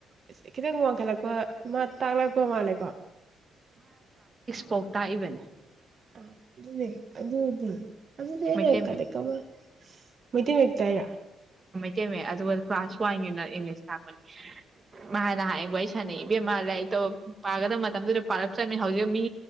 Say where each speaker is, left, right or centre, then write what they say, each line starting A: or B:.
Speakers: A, on the right; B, on the right.
A: ꯏꯁ ꯈꯤꯇꯪ ꯋꯥꯡꯈꯠꯂꯛꯄ ꯑꯃ ꯇꯥꯛꯂꯛꯄ ꯃꯥꯜꯂꯦꯀꯣ꯫
B: ꯄꯥꯎ ꯇꯥꯛꯏꯕꯅꯦ꯫
A: ꯑ ꯗꯨꯅꯦ ꯑꯗꯨꯗꯤ ꯑꯗꯨꯗꯤ ꯑꯩꯅ
B: ꯃꯩꯇꯩ ꯃꯌꯦꯛ
A: ꯀꯗꯩ ꯀꯃꯥꯏ ꯃꯩꯇꯩ ꯃꯌꯦꯛ ꯇꯥꯛꯏꯔꯣ꯫
B: ꯇꯩ ꯃꯌꯦꯛ ꯑꯗꯨꯒ ꯀ꯭ꯂꯥꯁ ꯋꯥꯟꯒꯤ ꯅ ꯏꯪꯂꯤꯁ ꯇꯥꯛꯄꯅꯤ ꯃꯥꯅ ꯅꯍꯥꯟ ꯑꯩ ꯁꯥꯟꯅꯩ ꯏꯕꯦꯝꯃ ꯂꯥꯏꯔꯤꯛꯇꯣ ꯄꯥꯒꯗꯕ ꯃꯇꯝꯗꯨꯗ ꯄꯥꯔꯛꯇꯕꯅꯤꯅ ꯍꯧꯖꯤꯛ ꯃꯤ